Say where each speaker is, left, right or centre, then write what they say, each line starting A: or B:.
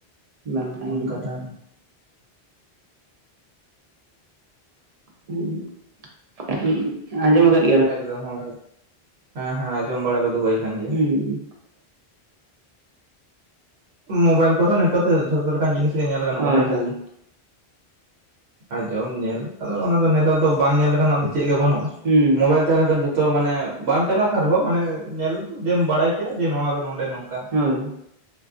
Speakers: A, on the right; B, on the right.
A: ᱵᱟᱝ ᱥᱟᱺᱜᱤᱧᱟ
B: ᱚᱱᱠᱟ ᱛᱟᱦᱚᱞᱮ
A: <unintelligible> ᱟᱡᱚᱢ ᱠᱟᱜ
B: ᱮᱠᱫᱚᱢ ᱦᱳᱭ ᱦᱮᱸ ᱦᱮᱸ ᱟᱸᱡᱚᱢ ᱵᱟᱲᱟ ᱠᱚᱫᱚ ᱦᱳᱭ ᱠᱟᱱ ᱜᱮᱭᱟ
A: ᱦᱩᱸ
B: ᱢᱳᱵᱟᱭᱤᱞ ᱠᱚᱨᱮ ᱱᱮᱛᱟᱨ ᱫᱚ ᱡᱚᱛᱚ ᱞᱮᱠᱟᱱ ᱡᱤᱱᱤᱥ ᱜᱮ ᱧᱮᱞ ᱜᱟᱱᱚᱜ
A: ᱦᱳᱭ
B: ᱠᱟᱱᱟ ᱥᱮ
A: ᱦᱳᱭ
B: ᱟᱸᱡᱚᱢ ᱧᱮᱞ ᱟᱫᱚ ᱚᱱᱟ ᱫᱚ ᱱᱮᱛᱟᱨ ᱫᱚ ᱵᱟᱝ ᱧᱮᱞ ᱞᱮᱠᱟᱱᱟᱜ ᱫᱚ ᱪᱮᱫ ᱜᱮ ᱵᱟᱹᱱᱩᱜ-ᱟ
A: ᱦᱩᱸ
B: ᱢᱳᱵᱟᱭᱤᱞ ᱛᱟᱦᱮᱸ ᱞᱮᱱᱠᱷᱟᱱ ᱡᱚᱛᱚ ᱢᱟᱱᱮ ᱵᱟᱢ ᱪᱟᱞᱟᱣ ᱠᱟᱱ ᱨᱮᱦᱚᱸ ᱢᱟᱱᱮ ᱧᱮᱞ ᱡᱮᱢ ᱵᱟᱲᱟᱭ ᱠᱮᱜ-ᱟ ᱡᱮ ᱱᱚᱣᱟ ᱫᱚ ᱱᱚᱰᱮ ᱱᱚᱝᱠᱟ
A: ᱦᱳᱭ